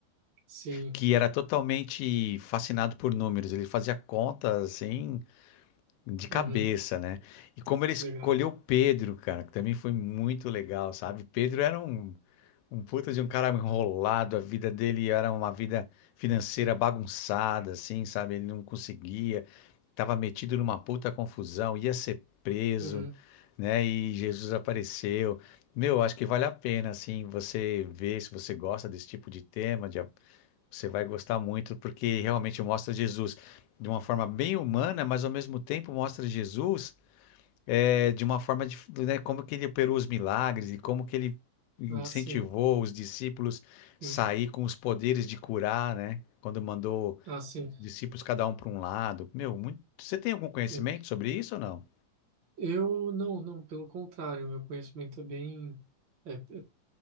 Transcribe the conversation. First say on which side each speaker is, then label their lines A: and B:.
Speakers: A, on the right; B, on the left.
A: sim.
B: Que era totalmente fascinado por números. Ele fazia contas assim De
A: Uhum,
B: cabeça, né? E como ele escolheu
A: legal.
B: Pedro, cara, que também foi muito legal, sabe? Pedro era um, um puta de um cara enrolado, a vida dele era uma vida financeira bagunçada, assim, sabe? Ele não conseguia, tava metido numa puta confusão, ia ser preso,
A: Uhum.
B: né? E Jesus apareceu. Meu, acho que vale a pena, assim, você ver se você gosta desse tipo de tema, de você vai gostar muito, porque realmente mostra Jesus de uma forma bem humana, mas ao mesmo tempo mostra Jesus eh, de uma forma de, né, como que ele operou os milagres e como que ele incentivou
A: Ah, sim.
B: os discípulos sair
A: Hum,
B: com os poderes de curar, né? Quando mandou
A: Ah, sim.
B: os discípulos cada um para um lado. Meu, muito... você tem algum conhecimento
A: Hum.
B: sobre isso ou não?
A: Eu não, não, pelo contrário, meu conhecimento é bem, é, é,